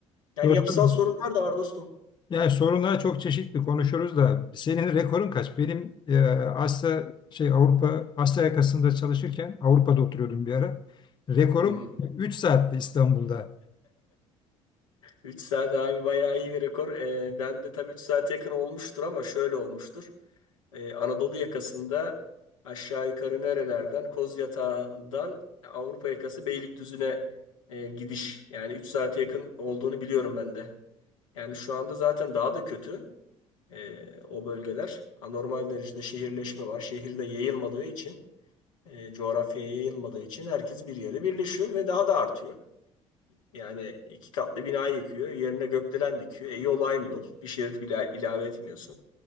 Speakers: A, on the left; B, on the left.
A: Yani
B: Dostum,
A: yapısal sorunlar da var dostum.
B: Yani sorunlar çok çeşitli konuşuyoruz da senin rekorun kaç? Benim e, Asya şey Avrupa Asya yakasında çalışırken Avrupa'da oturuyordum bir ara. Rekorum
A: Hmm.
B: 3 saatti İstanbul'da.
A: 3 saat abi bayağı iyi bir rekor. Ee, ben de tabii 3 saate yakın olmuştur ama şöyle olmuştur. Ee, Anadolu yakasında aşağı yukarı nerelerden? Koz Yatağı'ndan Avrupa yakası Beylikdüzü'ne e, gidiş. Yani 3 saate yakın olduğunu biliyorum ben de. Yani şu anda zaten daha da kötü e, o bölgeler. Anormal derecede şehirleşme var. Şehirde yayılmadığı için, e, coğrafyaya yayılmadığı için herkes bir yere birleşiyor ve daha da artıyor. Yani iki katlı binayı yıkıyor, yerine gökdelen dikiyor. E yol aynı yol. Bir şerit bile ilave etmiyorsun.